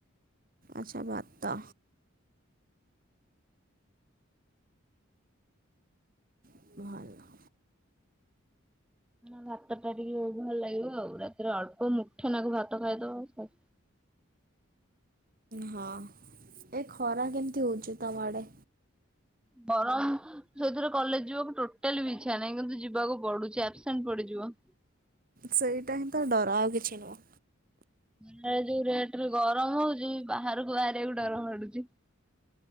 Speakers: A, on the right (about 40°); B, in the centre.
A: ଆଚଛା ଭାତ୍ତ ଭଲ
B: ଭାତ ଟା ଟିକେ ବହୁ ଭଲ ଲାଗିବ ଆଉ ରାତିରେ ଅଳ୍ପ ମୁଠେ ନାକୁ ଭାତ ଖାଇଦବ
A: ହଁ ଏ ଖରା କେମିତି ହଉଛି ତମ ଆଡେ
B: ବରମ ସେଇଥିରେ କଲେଜ ଯିବାକୁ ଟୋଟାଲି ବି ଇ୍ଛା ନାହିଁ କିନ୍ତୁ ଯିବାକୁ ପଡୁଛି ଆବସେଣ୍ଟ ପଡିଯିବ
A: ସେଇଟା ହିଁ ତ ଡର ଆଉ କିଛି ନୁହଁ
B: ଏଇନା ଯୋଉ ରେଟରେ ଗରମ ହଉଛି ବାହାରକୁ ବାହାରିବାକୁ ଡରମାଡୁଛି